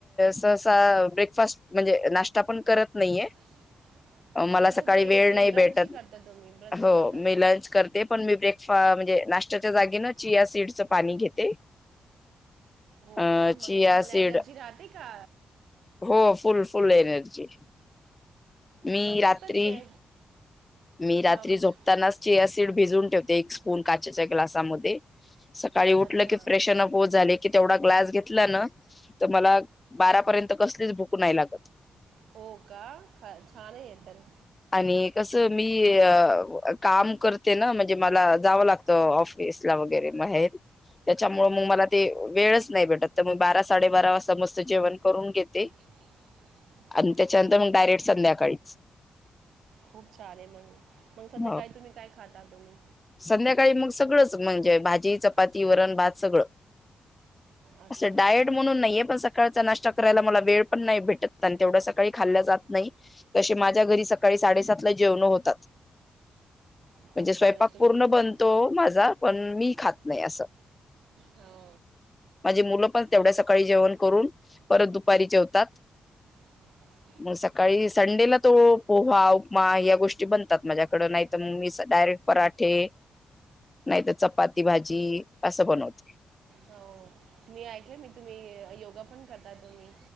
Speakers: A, on the left; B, on the right.
A: सहसा ब्रेकफास्ट म्हणजे नाश्ता पण करत नाहीये.
B: <inaudible>
A: मला सकाळी
B: तुम्ही
A: वेळ
B: ते
A: नाही
B: ब्रंची
A: भेटतं
B: करता तुम्ही ब्रंच
A: हो
B: करता ते.
A: मी लंच करते पण मी ब्रेकफास्ट म्हणेज नाश्त्याच्या जागी ना चिया सीडचं पाणी घेते.
B: हो
A: अ
B: का मग
A: चिया
B: तुम्हाला
A: सीड
B: एनर्जी राहते का?
A: हो, फुल फुल एनर्जी, मी
B: मग
A: रात्री.
B: फक्त चे
A: मी रात्री
B: हा मग-
A: झोपतानाचं चिया सीड भिजवून ठेवते. एक स्पून काचेच्या ग्लासामध्ये. सकाळी उठलं
B: अच्छा
A: कि प्रेशर नको झाले. की तेवढा ग्लास घेतला ना तर मला बारापर्यंत कसलीचं भुक नाही लागतं.
B: हो का छान हे तर.
A: आणि कसं मी अ काम करते ना म्हणजे मला जावं लागत ऑफ सला वगैरे म हे त्याच्यामुळ मग मला ते वेळचं नाही भेटतं तर मी बारा साडेबारा वाजता मस्त जेवणं करून घेते.
B: <inaudible>
A: आणि त्याच्यानंतर
B: अच्छा.
A: मग डायरेक्ट संध्याकाळीचं.
B: खूप छान आहे मग मग सध्याकाळी
A: हो
B: तुम्ही काय खाता तुम्ही?
A: संध्याकाळी मग सगळंच म्हणजे भाजी चपाती वरण भात सगळं.
B: अच्छा
A: अस
B: अच्छा
A: डाएट म्हणून नाहीये पण सकाळचा नाश्ता करायला मला वेळ पण नाही भेटत. आणि तेवढ्या सकाळी खाल्ल जात नाही. कशी माझ्या घरी सकाळी साडेसात ला जेवण होतात.
B: खूप
A: म्हणजे स्वयंपाक
B: छान आहे तुम्ही
A: पण तो माझा पण मी खात नाही असं.
B: हो
A: माझी मुलं पण तेवढ्या सकाळी जेवण करून, परत दुपारी जेवतात.
B: <inaudible>
A: मग सकाळी संडेला तो पोहा, उपमा या गोष्टी बनतात माझ्याकडं नाही तर मग मी डायरेक्ट पराठे ठे नाहीतर चपाती भाजी असं बनवते.
B: हो मी ऐकलं मी तुम्ही योगा पण करता तुम्ही?